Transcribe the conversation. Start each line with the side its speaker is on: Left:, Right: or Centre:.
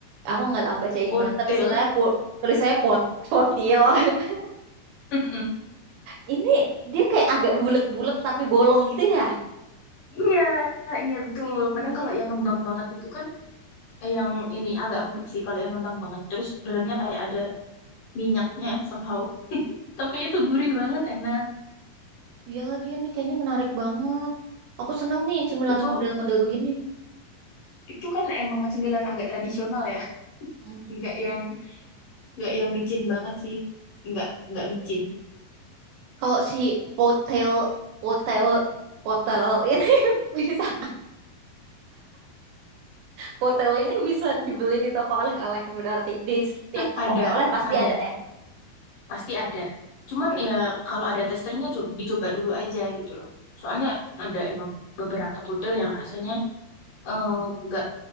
Right: Aku nggak tahu bacanya
Left: potel.
Right: gimana, tapi sebenarnya po, tulis saya pot potil. <laughs>
Left: <laughs>
Right: Ini dia kayak agak bulat-bulat tapi bolong gitu ya.
Left: Iya, iya betul.
Right: Ih,
Left: Kadang kalau yang ngembang banget itu kan eh, yang ini agak empuk sih kalau yang ngembang banget. Terus dalamnya kayak ada minyaknya somehow. Tapi itu gurih banget, enak.
Right: iya lagi ini kayaknya menarik banget. Aku seneng nih cemilan
Left: Itu
Right: model-model begini.
Left: itu kan emang cemilan agak tradisional ya.
Right: Hmm.
Left: nggak yang nggak yang micin banget sih. nggak nggak micin.
Right: Kalau si potel, potel, potel ini <laughs> bisa, Potel ini bisa dibeli di toko oleh-oleh berarti di setiap
Left: <laughs>
Right: toko
Left: Ada,
Right: oleh-oleh pasti
Left: ada,
Right: ada ya.
Left: pasti ada. Cuman ya kalau ada testernya co- dicoba dulu aja gitu loh. Soalnya ada emang beberapa pudel yang rasanya eh, nggak